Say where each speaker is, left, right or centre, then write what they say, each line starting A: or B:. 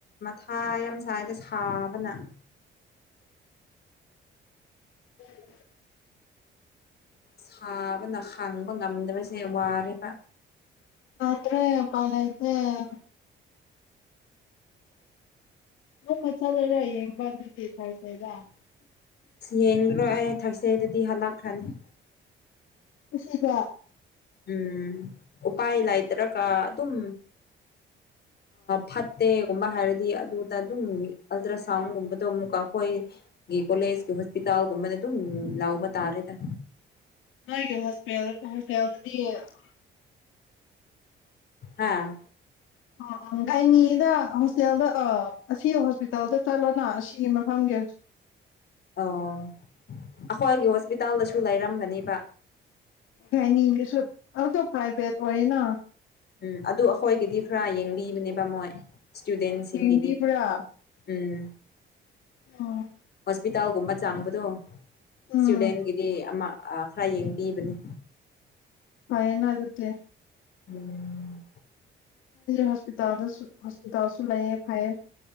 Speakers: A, on the left; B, on the left.
A: ꯊꯥ ꯌꯥꯝ ꯁꯥꯏꯗ ꯁꯥꯕꯅ
B: ꯎ <inaudible>
A: ꯁꯥꯕꯅ ꯈꯥꯡꯕ ꯉꯝꯗꯕꯁꯦ ꯍ ꯋꯥꯔꯦꯕ
B: ꯗ꯭ꯔꯦ ꯃꯥꯂꯗ <inaudible> ꯃꯨ ꯀ ꯆ ꯂꯩꯔ ꯌꯦꯡꯕ ꯑꯗꯨꯇꯤ ꯈꯥꯏꯁꯗ <inaudible>
A: ꯌꯦꯡꯂꯨꯔꯣꯏ ꯑꯩ ꯊꯥꯔꯁꯗꯦꯗꯗꯤ ꯍꯜꯂꯛꯈ꯭ꯔꯅꯤ
B: ꯁꯤꯗ
A: ꯎꯝ ꯎꯄꯥꯏ ꯂꯩꯇ꯭ꯔꯒ ꯑꯗꯨꯝ ꯐꯠꯇꯦꯒꯨꯝꯕ ꯍꯥꯏꯔꯗꯤ ꯑꯗꯨꯗ ꯑꯗꯨꯝ ꯑꯜꯇ꯭ꯔ ꯁꯥꯎꯟꯒꯨꯝꯕꯗꯣ ꯑꯃꯨꯛꯀ ꯈꯣꯏ ꯒꯤ ꯀꯣꯂꯦꯖꯀꯤ ꯍꯣꯁꯄꯤꯇꯥꯜꯒꯨꯝꯕꯗ ꯑꯗꯨꯝ ꯂꯥꯎꯕ ꯇꯥꯔꯦꯗ
B: ꯂ ꯍꯣꯁꯄꯤꯌꯥ ꯍꯁꯄꯤꯗꯤ <unintelligible>
A: ꯍꯥꯥ
B: ꯑ ꯑ ꯒꯥꯏꯅꯤꯗ ꯍꯣꯁꯇꯦꯜꯗ ꯑꯥ ꯑꯁꯤ ꯍꯣꯁꯄꯤꯇꯥꯜꯗ ꯆꯠꯂꯣꯅ ꯑꯁꯤꯒꯤ ꯊꯪꯒꯦ
A: ꯑꯣ ꯑꯩꯈꯣꯏꯒꯤ ꯍꯣꯁꯄꯤꯇꯥꯜꯗꯁꯨ ꯂꯩꯔꯝꯒꯅꯦꯕ
B: ꯒꯥꯏꯅꯤꯁꯨ ꯑꯗꯨ ꯄꯔꯥꯏꯚꯦꯠ ꯑꯣꯏꯌꯦꯅ
A: ꯎꯝ ꯑꯗꯨ ꯑꯩꯈꯣꯏꯒꯤꯗꯤ ꯈꯔ ꯌꯦꯡꯕꯤꯕꯅꯦꯕ ꯃꯣꯏ ꯁꯇꯨꯗꯦꯟꯠ ꯁꯤꯒꯤꯗꯤ
B: ꯌꯦꯡꯕꯤꯕ꯭ꯔꯥ
A: ꯎꯝ
B: ꯎꯝ
A: ꯍꯣꯁꯄꯤꯇꯥꯜꯒꯨꯝꯕ ꯆꯥꯡꯕꯗꯣ
B: ꯎꯝ
A: ꯏꯁꯇꯨꯗꯦꯟꯒꯤꯗꯤ ꯑꯃ ꯑ ꯈꯔ ꯌꯦꯡꯕꯤꯕꯅꯤ
B: ꯐꯥꯏꯅ ꯑꯗꯨꯇꯦ
A: ꯎꯝ
B: ꯍꯣꯁꯄꯤꯇꯥꯜꯗꯁꯨ ꯍꯣꯁꯄꯤꯇꯥꯜꯁꯨ ꯂꯩꯌꯦ ꯐꯥꯏꯌꯦ